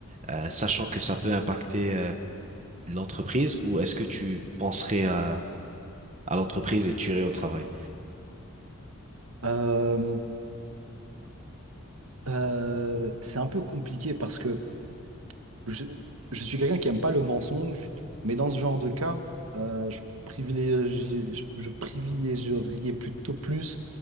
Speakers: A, on the right; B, on the right.
A: euh, sachant que ça peut impacter, euh, l'entreprise ou est-ce que tu penserais à, à l'entreprise et tu irais au travail?
B: Euh, euh, c'est un peu compliqué parce que je, je suis quelqu'un qui aime pas le mensonge, mais dans ce genre de cas, euh, je privilégie, je, je privilégierais plutôt plus